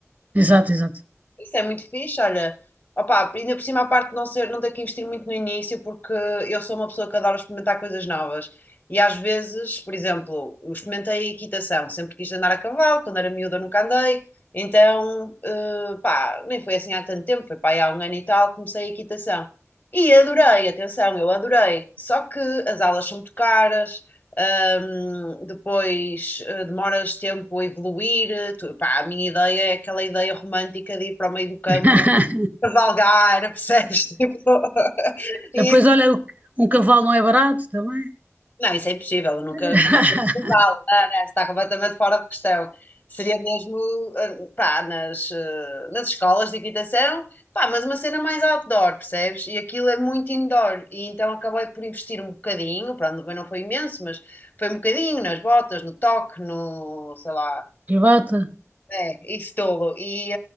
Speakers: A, on the right; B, on the left.
A: Exato, exato.
B: Isso é muito fixe, olha. Opa, ainda por cima a parte de não ser, não ter que investir muito no início, porque eu sou uma pessoa que adora experimentar coisas novas. E às vezes, por exemplo, eu experimentei equitação, sempre quis andar a cavalo, quando era miúda nunca andei, então, eh, pá, nem foi assim há tanto tempo, foi pá, aí há um ano e tal, comecei a equitação. E adorei, atenção, eu adorei. Só que as aulas são muito caras, um, depois uh, demoras tempo a evoluir. eh, Tu- pá, a minha ideia é aquela ideia romântica de ir para o meio do campo
A: <laughs>
B: cavalgar, percebes? Tipo, <laughs> isso.
A: Depois, olha, o- um cavalo não é barato também.
B: Não, isso é impossível, eu nunca
A: <laughs>
B: Não vale, não, não, está completamente fora de questão. Seria mesmo, eh, pá, nas, eh, nas escolas de equitação, pá, mas uma cena mais outdoor, percebes? E aquilo é muito indoor, e então acabei por investir um bocadinho, pronto, também não foi imenso, mas foi um bocadinho nas botas, no toque, no, sei lá,
A: Privata.
B: é, isso dolo. E,